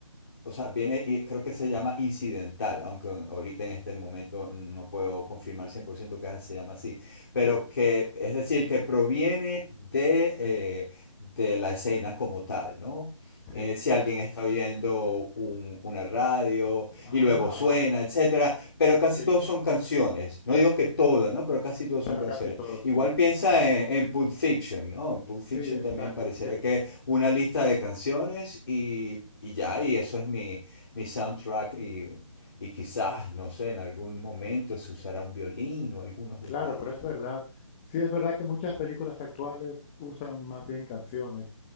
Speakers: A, on the left; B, on the left.
A: o sea, viene y creo que se llama incidental, aunque ahorita en este momento no puedo confirmar 100% que se llama así, pero
B: Sí,
A: que es decir, que proviene de, eh, de la escena como tal, ¿no?
B: sí.
A: Eh, si alguien está oyendo un- una radio
B: Ah,
A: y luego suena,
B: vale.
A: etcétera, pero casi
B: Sí,
A: todos son canciones. No digo que todas, ¿no? Pero casi todos
B: pero
A: son canciones.
B: casi todo, sí.
A: Igual piensa en, en Pulp Fiction, ¿no? En Pulp
B: Sí,
A: Fiction
B: exacto,
A: también pareciera
B: sí.
A: que una lista de canciones y, y ya, y eso es mi, mi soundtrack y, y quizás, no sé, en algún momento se usará un violín o algunos
B: Claro,
A: detalles.
B: pero es verdad. Sí, es verdad que muchas películas actuales usan más bien canciones,